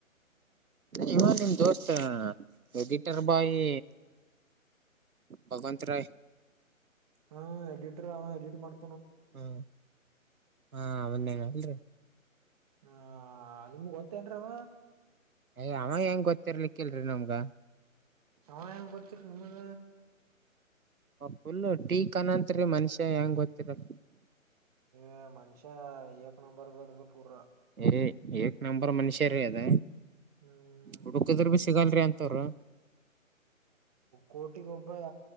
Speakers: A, on the right; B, on the right.
A: ಇವ ನಿಮ್ ದೋಸ್ತ ಎಡಿಟರ್ ಬಾಯಿ ಭಗವಂತ ರಾಯ್
B: ಹಾ ಎಡಿಟರ್ ಅವ ಎಡಿಟ್ ಮಾಡ್
A: ಹ್ಮ ಹಾ ಅದನ್ನೇ ಅಲ್ರಿ
B: ಹಾ ನಿಮಗ ಗೊತ್ತೇನ್ರವ.
A: ಎ ಆವಾ ಏನ್ ಗೊತ್ತಿರ್ಲಿಕ್ಕಿಲ್ರಿ ನಮ್ಗ
B: ಆವಾ ಹೆಂಗ ಗೊತ್ತರಿ ನಿಮಗ
A: ಫುಲ್ ಟೀ ಕನತ್ರಿ ಮನಷ್ಯ ಏನ್ ಗೊತ್ತಿರಲ್
B: ಎ ಮನಷ್ಯ ಏಕ್ ನಂಬರ್ ಬದ ಪೂರ
A: ಏ ಏಕ್ ನಂಬರ್ ಮನುಷ್ಯರೀ ಅದ
B: ಹ್ಮ್
A: ಹುಡಕದ್ರ ಬ ಸಿಗಲ್ರಿ ಅಂತವ್ರ.
B: ಕೋಟಿಗ್ ಒಬ್ಬ